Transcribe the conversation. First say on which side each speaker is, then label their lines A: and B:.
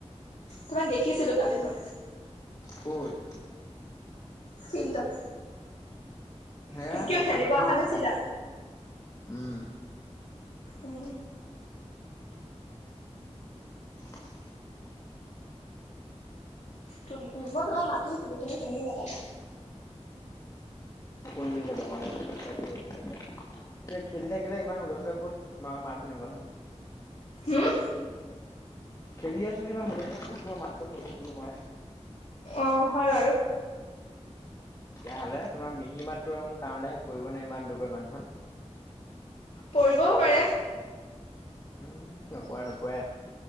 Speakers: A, on the left (about 80°); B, on the left (about 30°).
A: তোমাক দেখিছিলো। কালি মই।
B: ক'ত
A: ফিল্ড'ত।
B: সেয়া
A: তুমি কিয়
B: দেখা
A: খেলিব
B: মানুহে
A: অহা
B: নামাতে,
A: নাছিলা?
B: উম।
A: উম।
B: <unintelligible>
A: তুম মই তোমাক মাতো তুমি কিন্তু শুনি নেপালা।
B: <unintelligible> খেলি থাকিলে ইমান হুলস্থুল ক'ত তোমাৰ মাত শুনিম কোৱাচোন।
A: হুম
B: খেলি আছিলো ইমান হুলস্থুলত ক'ত তোমাৰ মাতটো শুনিম বুলো মই।
A: অ' হয় বাৰু।
B: তেতিয়া হ'লে তোমাৰ মিহি মাতটো আৰু মোৰ কাণলৈ আহি পৰিব ন ইমান দূৰ পৰা ইমান পা।
A: পৰিবও পাৰে।
B: উম, নপৰে নপৰে।